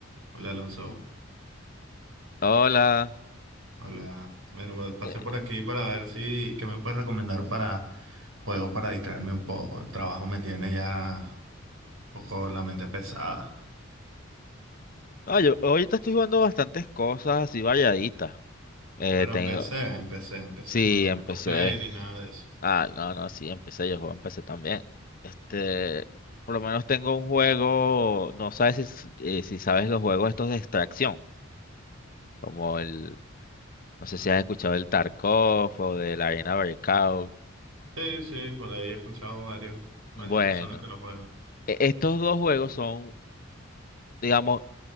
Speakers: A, on the right; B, on the left.
A: Hola Alonso,
B: Hola.
A: hola. Bueno, pues, pasé
B: Eh,
A: por aquí para ver si, qué me puedes recomendar para juegos para distraerme un poco. El trabajo me tiene ya un poco la mente pesada.
B: no, yo ahorita estoy jugando bastantes cosas así variaditas. Eh,
A: Pero
B: tengo,
A: empecé, empecé, empecé.
B: sí,
A: Bueno,
B: empecé.
A: no tengo play ni nada de eso.
B: Ah, no, no, sí, empecé, yo juego, empecé también. Este, por lo menos tengo un juego, no sabes si, s- eh, si sabes los juegos estos de extracción, como el, no sé si has escuchado el Tarkov o de la Arena Breakout.
A: Sí, sí, por ahí he escuchado varios, varias
B: Bueno,
A: personas que lo juegan.
B: e- estos dos juegos son, digamos,